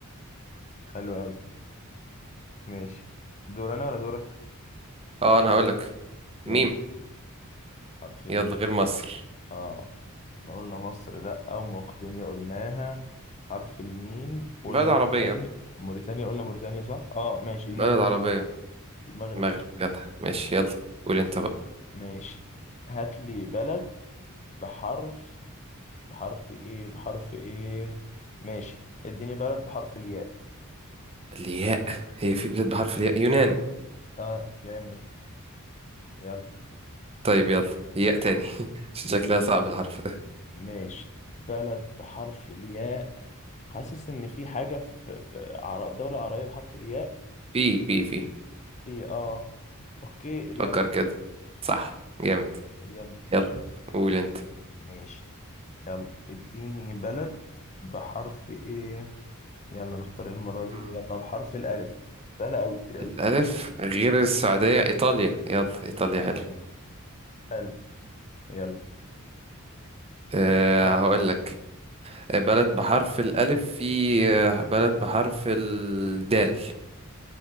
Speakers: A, on the left; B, on the right.
A: حلو قوي ماشي دور انا ولا دورك
B: اه انا هقولك
A: يلا
B: ميم
A: حرف ال
B: يلا غير مصر
A: اه احنا قلنا مصر لا او مقدونيا قلناها حرف الميم قلنا
B: بلد عربية
A: موريتانيا موريتانيا قلنا موريتانيا صح اه ماشي
B: بلد
A: المغرب
B: عربية
A: المغرب
B: المغرب جدع ماشي يلا قول انت بقى
A: ماشي هات لي بلد بحرف بحرف ايه بحرف ايه ماشي اديني بلد بحرف الياء
B: الياء هي في بلاد بحرف الياء يونان
A: اه جامد يلا
B: طيب يلا ياء تاني <laughs> عشان شكلها صعب الحرف ده
A: ماشي بلد بحرف الياء حاسس ان في حاجة في, في عر- دولة عربية بحرف الياء
B: بي بي بي
A: في اه اوكي اليمن
B: فكر كده صح جامد
A: اليمن
B: يلا قول انت
A: ماشي يلا اديني بلد بحرف ايه يلا نختار ايه المرة
B: مم.
A: دي يلا بحرف الالف سهلة اوي كتير
B: الألف
A: اوي
B: غير السعودية إيطاليا يلا إيطاليا حلو
A: جامد. الف يلا
B: أه
A: بحرف
B: هقول لك بلد بحرف الألف في آه، بلد بحرف الدال